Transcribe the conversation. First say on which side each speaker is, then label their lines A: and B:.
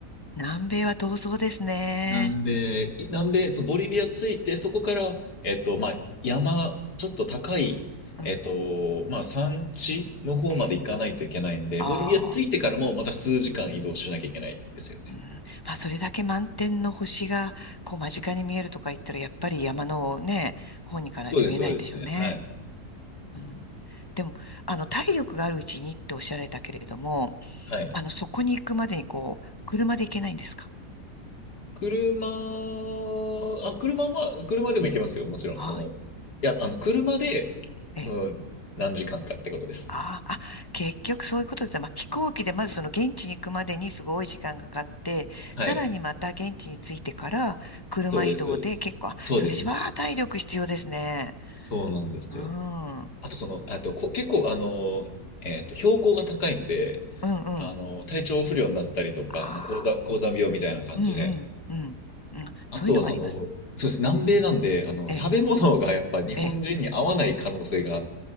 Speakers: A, on the left; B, on the left.
A: 南米は闘争ですね。
B: 南米、い南米、そう、ボリビア着いて、そこから、えっと、まあ、山、ちょっと高い、
A: うん。
B: えっと、まあ、山地の方まで行かないといけないんで、
A: ええ。ああ。
B: ボリビア着いてからもまた数時間移動しなきゃいけないんですよね。
A: うん、まあ、それだけ満天の星が、こう、間近に見えるとか言ったら、やっぱり山のね、方に行かないと見えないんでしょうね。
B: そうです、そうですね。はい。
A: うん。でも、あの、体力があるうちにっておっしゃられたけれども、
B: はい。
A: あの、そこに行くまでに、こう、車で行けないんですか
B: 車、あ、車、まあ、車でも行けますよ、もちろん。
A: はい。
B: その、いや、あの、車で、
A: ええ。
B: うん、何時間かってことです。
A: ああ、あ、結局そういうことで、まあ、飛行機でまずその現地に行くまでにすごい時間がかかって、
B: はい。
A: さらにまた現地に着いてから、車移動で結構、
B: そうです、そうです。
A: あそれじゃあ体力必要ですね。
B: そうです。そうなんですよ。
A: うん。うん
B: あと、その、あと、こ、結構、あの、えっと、標高が高いんで、
A: うん。
B: あの、体調不良になったりとか、
A: ああ、
B: あの、高山、高山病みたいな感じで、
A: うんうんうん、うん。
B: あとは、
A: そういうのもあります。
B: その、そうです、南米なんで、あの、
A: ええ、
B: 食べ物がやっぱ日本人に合わない可能性が
A: ええ。